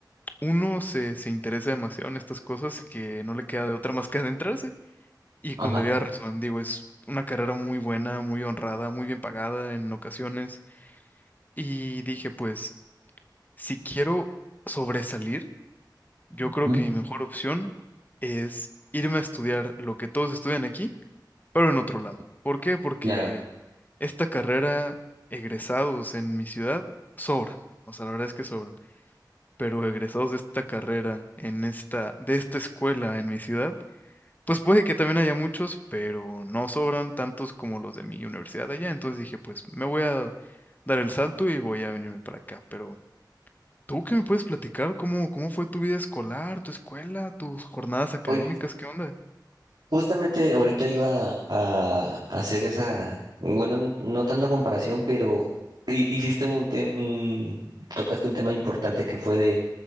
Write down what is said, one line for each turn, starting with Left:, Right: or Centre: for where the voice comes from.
Left: uno se, se interesa demasiado en estas cosas que no le queda de otra más que adentrarse. Y
Right: Ajá.
Left: con debida razón, digo, es una carrera muy buena, muy honrada, muy bien pagada en ocasiones. Y dije, pues, si quiero sobresalir, yo
Right: ¿Mm?
Left: creo que mi mejor opción es irme a estudiar lo que todos estudian aquí, pero en otro lado. ¿Por qué? Porque
Right: Claro.
Left: esta carrera, egresados en mi ciudad, sobran. O sea, la verdad es que sobran. Pero egresados de esta carrera, en esta, de esta escuela en mi ciudad, pues puede que también haya muchos, pero no sobran tantos como los de mi universidad allá. Entonces dije, pues me voy a dar el salto y voy a venirme para acá. Pero ¿Tú qué me puedes platicar? ¿Cómo, cómo fue tu vida escolar, tu escuela, tus jornadas académicas?
Right: Oye,
Left: ¿Qué onda?
Right: Justamente ahorita iba a hacer esa, bueno, n- no tanto comparación, pero hi- hiciste un tema, tocaste un tema importante que fue de,